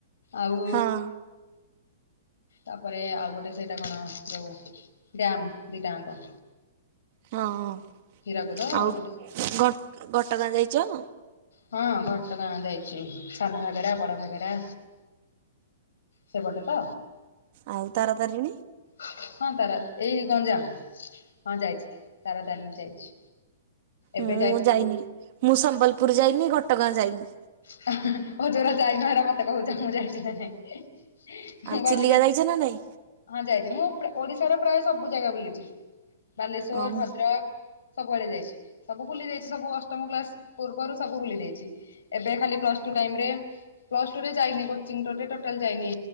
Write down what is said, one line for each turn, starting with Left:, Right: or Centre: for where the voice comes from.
Left: ଆଉ
Right: ହଁ।
Left: ତାପରେ ଆଉ ଗୋଟେ ସେଇଟା କଣ ଯଉ ଗ୍ରାମ ଦିଟାଙ୍କ।
Right: ହଁ
Left: ହୀରାକୁଦ
Right: ହଁ
Left: ଆଉ ଗୋଟେ
Right: ବଆଉ ଘଟ ଘଟଗାଁ ଯାଇଛ?
Left: ହଁ ଘଟଗାଁ ଯାଇଛି ସାନ ଭାଗରା, ବଡଭାଗରା। ସେପଟେ ତ?
Right: ଆଉ ତାରା ତାରିଣୀ
Left: ହଁ ତାରା ଏଇ ଗଞ୍ଜାମ ହଁ ଯାଇଛି ତାରା ତାରିଣୀ ଯାଇଛି। ଏବେ
Right: ମୁଁ
Left: ଯାଇଥିଲୁ
Right: ଯାଇନି ମୁଁ ସମ୍ବଲପୁର ଯାଇନି ଘଟଗାଁ ଯାଇନି।
Left: ହିଁ ହିଁ ହଉ ଯୋଉରା ଯାଇନ ହେରା ମୋତେ କହୁଛ ମୁଁ ଯାଇ <unintelligible>
Right: ଆଉ
Left: ମୁଁ ଭାବିଲି
Right: ଚିଲିକା ଯାଇଛ ନା ନାଇଁ
Left: ହଁ ଯାଇଛି ମୁଁ ଓଡିଶାର ପ୍ରାୟ ସବୁ ଜାଗା ବୁଲିଛି ବାଲେଶ୍ଵର,
Right: ହଁ ମୁଁ
Left: ଭଦ୍ରକ। ସବୁଆଡେ ଯାଇଛି ସବୁ ବୁଲି ଯାଇଛି ସବୁ ଅଷ୍ଟମ କ୍ଳାସ ପୂର୍ବରୁ ସବୁ ବୁଲି ଯାଇଛି। ଏବେ ଖାଲି ପ୍ଲସ ଟୁ ଟାଇମ ରେ ପ୍ଲ ଟୁରେ ଯାଇନି କୋଚିଙ୍ଗ ଟୋଟାଲ ଯାଇନି